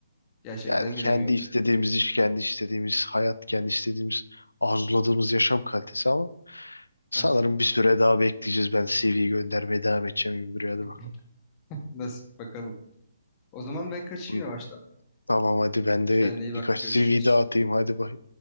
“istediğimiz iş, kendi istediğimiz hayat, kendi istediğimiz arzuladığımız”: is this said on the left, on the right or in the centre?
Left